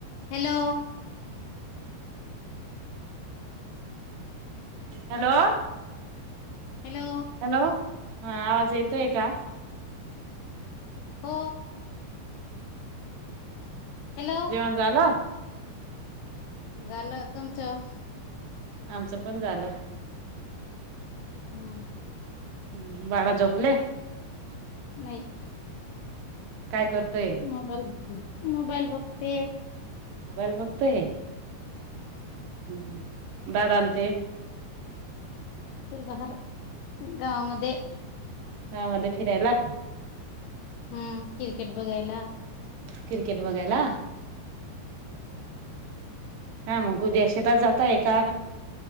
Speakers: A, on the left (about 80°); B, on the right (about 75°).
A: हॅलो
B: हॅलो
A: हॅलो
B: हॅलो हा आवाज येतोय का?
A: हो हॅलो
B: जेवण झालं
A: झालं तुमचं
B: आमचं पण झालं.
A: हूं
B: हूं बाडा झोपले.
A: नाही.
B: काय करतोय
A: मोबाईल बघते. मोबाईल बघते.
B: मोबाईल बघते? हम्म हम्म, दादा आण ते?
A: ते बाहर गावामध्ये
B: हां मध्ये फिरायला
A: हम्म क्रिकेट बघयला.
B: क्रिकेट बघायला? का मग, उद्या शेतात जाताय का